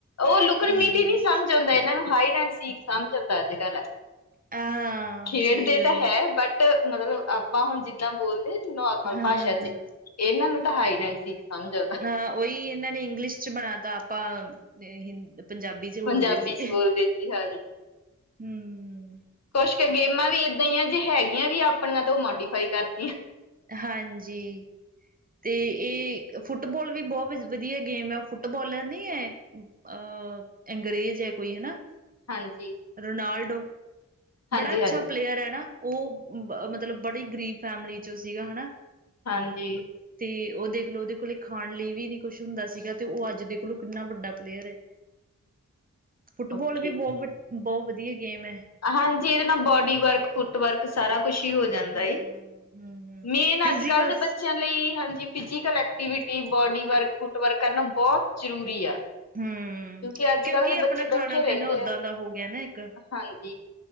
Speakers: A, on the left (about 55°); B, on the right (about 30°).
A: ਉਹ ਲੁਕਣ
B: ਹੂੰ
A: ਮੀਟੀ ਨੀ ਸਮਝ ਆਉਂਦਾ ਇਹਨਾਂ ਨੂੰ ਹਾਈਡ ਐਂਡ ਸੀਕ ਸਮਝ ਆਉਂਦਾ ਅੱਜ ਕਲ
B: ਹਾਂ
A: ਖੇਡਦੇ
B: ਸਹੀ ਗੱਲ
A: ਤਾਂ ਹੈ ਬਟ ਮਤਲਬ ਆਪਾਂ ਹੁਣ ਜਿੱਦਾਂ ਬੋਲਦੇ ਨੋਰਮਲ
B: ਹਾਂ
A: ਭਾਸ਼ਾ
B: ਹਾਂ ਹਾਂ।
A: ਚ ਇਹਨਾਂ ਨੂੰ ਤਾਂ ਹੈ ਈ ਜਾਣੀ ਸੀ। ਸਮਝੋ।
B: ਹਾਂ ਉਹੀ ਇਹਨਾਂ ਨੇ ਇੰਗਲਿਸ਼ ਚ ਬਣਾ ਤਾ ਆਪਾਂ ਹਿੰਦੀ, ਪੰਜਾਬੀ <unintelligible> ਬੋਲਦੇ
A: ਪੰਜਾਬੀ
B: ਸੀ
A: ਚ ਬੋਲਦੇ ਸੀ ਹਾਂਜੀ
B: ਹਮ
A: ਕੁਛ ਕੁ ਗੇਮਾਂ ਵੀ ਏਦਾਂ ਹੀ ਆ ਜੇ ਹੈਗੀਆਂ ਵੀ ਆਪਣੀਆਂ ਤਾਂ ਉਹ ਮੋਡੀਫਾਈ ਕਰਤੀਆਂ
B: ਹਾਂਜੀ। ਤੇ ਇਹ ਫੁੱਟਬਾਲ ਵੀ ਬਹੁਤ ਵਧੀਆ ਗੇਮ ਐ, ਉਹ ਫੁੱਟਬਾਲਰ ਨਈਂ ਏ। ਅਹ ਅੰਗਰੇਜ਼ ਏ ਕੋਈ ਹਨਾਂ।
A: ਹਾਂਜੀ।
B: ਰੋਨਾਲਡੋ,
A: ਹਾਂਜੀ
B: ਬੜਾ ਅੱਛਾ
A: ਹਾਂਜੀ
B: ਪਲੇਅਰ ਐਨਾਂ ਉਹ ਮ ਮਤਲਬ ਬੜੀ ਗ਼ਰੀਬ ਫੈਮਿਲੀ ਚੋਂ ਸੀਗਾ ਹਨਾਂ।
A: ਹਾਂਜੀ।
B: ਤੇ ਉਹ ਦੇਖਲੋ ਉਹਦੇ ਕੋਲ ਖਾਣ ਲਈ ਵੀ ਨੀਂ ਕੁਛ ਹੁੰਦਾ ਸੀਗਾ। ਤੇ ਉਹ ਅੱਜ ਦੇਖ ਲੋ ਕਿੰਨਾ ਵੱਡਾ ਪਲੇਅਰ ਐ। ਫੁੱਟਬਾਲ
A: ਓਕੇ
B: ਵੀ ਬਹੁਤ, ਬਹੁਤ ਵਧੀਆ ਗੇਮ ਐ।
A: ਹਾਂਜੀ, ਇਹਦੇ ਨਾਲ ਬੋਡੀ ਵਰਕ ਫੁੱਟ ਵਰਕ ਸਾਰਾ ਕੁਛੀ ਹੋ ਜਾਂਦਾ,
B: ਹਮ ਹਮ ਹਮ
A: ਮੇਨ
B: ਫਿਜ਼ੀਕਲ
A: ਅੱਜ-ਕੱਲ੍ਹ ਦੇ ਬੱਚਿਆਂ ਨੂੰ ਲਈ ਹਾਂਜੀ, physical activity, body work, foot work ਕਰਨਾ ਬਹੁਤ ਜ਼ਰੂਰੀ ਆ।
B: ਹਮ
A: ਕਿਉਂਕਿ ਅੱਜ-ਕੱਲ੍ਹ ਦੇ
B: ਆਪਣਾ
A: ਬੱਚੇ
B: ਖਾਣਾ
A: ਬੈਠੇ ਰਹਿੰਦੇ
B: ਪੀਣਾ ਓਦਾਂ
A: ਆ।
B: ਦਾ ਹੋ ਗਿਆ ਨਾ ਇੱਕ
A: ਹਾਂਜੀ,